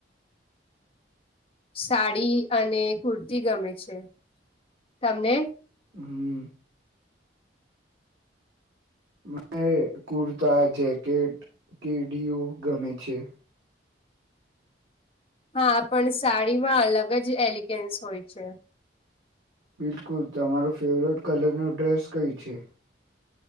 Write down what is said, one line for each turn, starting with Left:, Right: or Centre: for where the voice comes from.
Left: સાડી અને કુર્તી ગમે છે તમને
Right: હમ મે કુર્તા જેકેટ કેડીઓ ગમે છે
Left: હા પણ સાડીમાં અલગ જ એલિગન્સ હોય છે
Right: બિલકુલ તમારો ફેવરેટ કલર નો ડ્રેસ કઈ છે